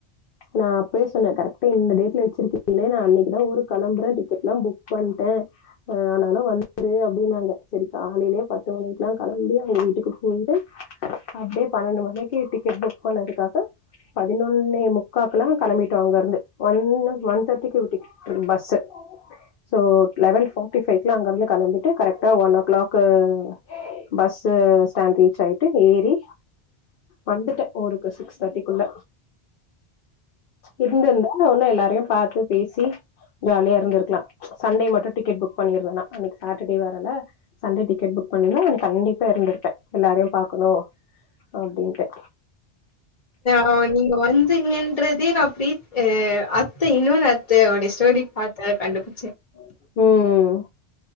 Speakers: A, on the left; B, on the left.
A: நா அப்பயே சொன்ன கரெக்டா இந்த டேட்ல வச்சிருக்கீங்களே நா அன்னைக்குதா ஊருக்கு கிளம்புற டிக்கெட்ல்லா புக் பண்ட்டே ஆனாலு வந்துரு அப்டின்னாங்க சரி காலையிலயே பத்து மணிக்குல்லா கிளம்பி அவங்க வீட்டுக்கு போயி்ட்டு அப்டியே பன்னெண்டு மணிக்கு டிக்கெட் புக் பண்ணதுக்காக பதினொன்னே முக்காக்கெல்லா கிளம்பிட்டோ அங்க இருந்து ஒ ஒன் தேர்டிக்கு டிக் bus so eleven forty ஃபைக்குலா அங்கருந்து கிளம்பிட்டு கரெக்டா one o'clock bus stand reach ஆய்ட்டு ஏறி வந்துட்ட ஒருக்க சிக்ஸ்தேட்டி குல்ல இருந்து இருந்த ஒன்னு எல்லாரையு பாத்து பேசி சி ஜாலியா இருந்திருக்லா சண்டே மட்டு டிக்கெட் புக் பண்ணியர்ர நா அன்னைக்கு சாட்டர்டே வேரல சண்டே டிக்கெட் புக் பண்னேன்னா கண்டிப்பா இருந்திருப்ப எல்லாறையு பாக்கணு அப்டின்ட்டு
B: ஹ நீங்க வந்தீங்கன்றதே நா பிரீத்ஹ் அத்த இன்னொன்னு அத்த உடைய ஸ்டோரி பாத்த கண்டுபிடி
A: <inaudible> ம் ம்